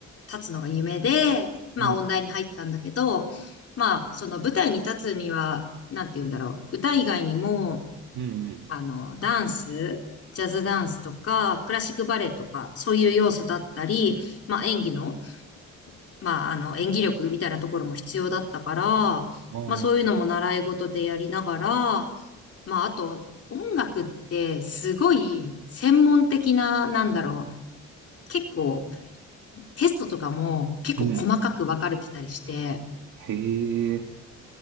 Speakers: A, on the left; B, on the right.
A: 立つのが夢で、まあ音大に入ったんだけど、
B: うん、
A: まあその舞台に立つには、なんて言うんだろう、歌以外にも、
B: うん
A: あの、ダンス、ジャズダンスとか、クラシックバレエとか、そういう要素だったり、まあ演技の、まあ、あの、演技力みたいなところも必要だったから、
B: うん。
A: まあ、そういうのも習い事でやりながら、
B: ああー、
A: まあ、あと、音楽ってすごい専門的な、なんだろう、結構テストとかも結構細かく分かれてたりして、
B: うん。へえ、